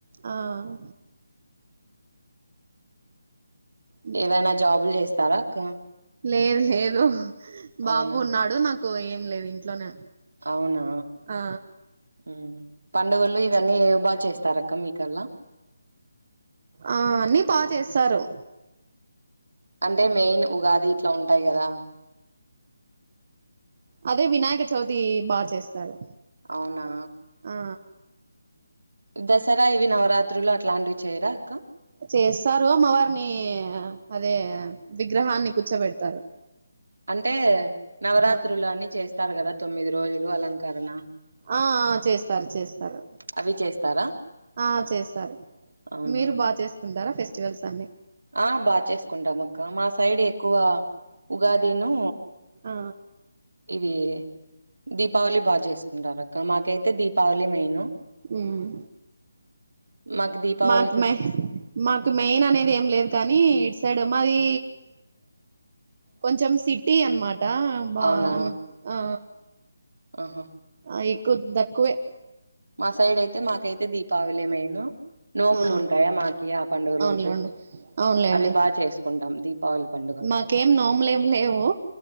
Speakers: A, on the right (about 40°); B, on the right (about 85°).
A: ఆ ఉమ్
B: ఏదైనా జాబులు చేస్తారా అక్క
A: లేదు లేదు బాబు
B: అవునా
A: ఉన్నాడు నాకు కో ఏం లేదు ఇంట్లోనే
B: అవునా
A: ఆ
B: ఉమ్ పండుగలు ఇవన్నీ ఏవి బాగా చేస్తారక్క మీకల్లా
A: ఆ అన్ని బా చేస్తారు
B: అంటే మెయిన్ ఉగాది ఇట్లా ఉంటాయి కదా
A: అదే వినాయక చవితి బాగా చేస్తారు
B: అవునా
A: ఆ
B: దసరా ఇవి నవరాత్రులు అట్లాంటివి చేయరా అక్కా
A: చేస్తారు అమ్మవారినీ అదే విగ్రహాన్ని కూర్చోబెడతారు
B: అంటే నవరాత్రులన్నీ
A: ఆ
B: చేస్తారు కదా తొమ్మిది రోజులు అలంకరణ
A: ఆ ఆ చేస్తారు చేస్తారు
B: అవి చేస్తారా
A: ఆ చేస్తారు
B: అవునా
A: మీరు బాగా చేసుకుంటారా ఫెస్ట్ వల్స్ అన్ని
B: ఆ బాగా చేసుకుంటాం అక్క మా సైడ్ ఎక్కువ ఉగాదీను
A: ఆ
B: ఇవి దీపావళి బాగా చేసుకుంటారు అక్క మాకైతే దీపావళే మెయిను
A: ఉమ్
B: మాకు దీపావళికి
A: మాత్ మహ్
B: వచ్చేసి
A: మాత్ మెయిన్ అనేది ఏం లేదు కానీ ఇట్ సైడ్ మాదీ కొంచెం సిటీ అనమాట్ ా బా
B: అవునా
A: ఆఆ ఆ
B: ఆహా
A: అ ఎక్కువ తక్కువే
B: మా సైడ్ అయితే మాకైతే దీపావలే మెయిను నోములు
A: ఆ
B: ఉంటాయా మాకి ఆ పండుగ
A: అవునులేండి
B: రోజు
A: అవునులేండి
B: అవి బాగా చేసుకుంటాం దీపావళి పండుగ
A: మాకేం నోములేం లేవు